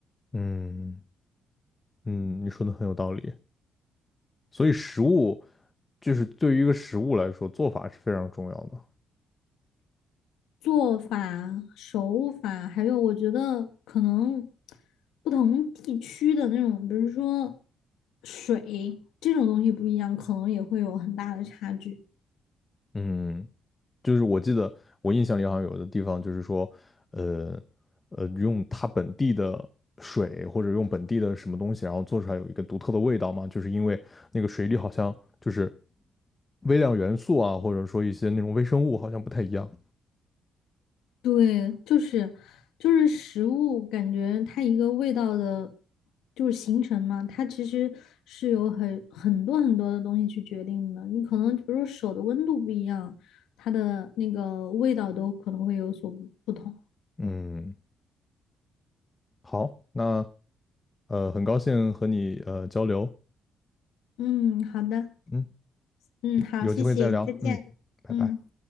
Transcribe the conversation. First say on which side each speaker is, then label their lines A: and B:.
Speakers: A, on the left; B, on the left.
A: 嗯嗯，你说的很有道理。所以食物就是对于一个食物来说，做法是非常重要的。
B: 做法、手法，还有我觉得可能不同地区的那种，比如说水这种东西不一样，可能也会有很大的差距。
A: 嗯，就是我记得我印象里好像有的地方就是说，呃呃，用它本地的水或者用本地的什么东西，然后做出来有一个独特的味道嘛，就是因为那个水里好像就是微量元素啊，或者说一些那种微生物好像不太一样。
B: 对，就是就是食物，感觉它一个味道的，就是形成嘛，它其实是有很很多很多的东西去决定的。你可能比如说手的温度不一样，它的那个味道都可能会有所不不同。
A: 嗯，好，那呃，很高兴和你呃交流，
B: 嗯，好的，
A: 嗯，
B: 嗯，
A: 有有机会再聊，
B: 好，谢谢，再见，
A: 嗯，拜拜。
B: 嗯。